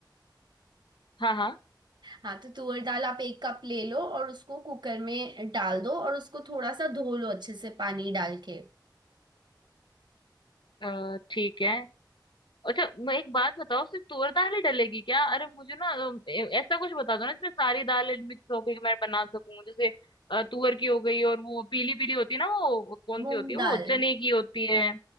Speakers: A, on the left; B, on the right.
A: हाँ हाँ
B: हाँ तो तुअर दाल आप एक कप ले लो और उसको कुकर में डाल दो और उसको थोड़ा सा धो लो अच्छे से पानी डाल के
A: अ, ठीक है अच्छा मैं एक बात बताओ सिर्फ तुअर दाल ही डलेगी क्या अरे मुझे ना अम, ए- ऐसा कुछ बता दो ना जिसमें सारी दालें मिक्स हो के मैं बना सकूं जैसे अ, तुअर की हो गई और वो पीली पीली होती है ना वो वो कौन
B: मूंग
A: सी होती है
B: दाल
A: वो चने की होती है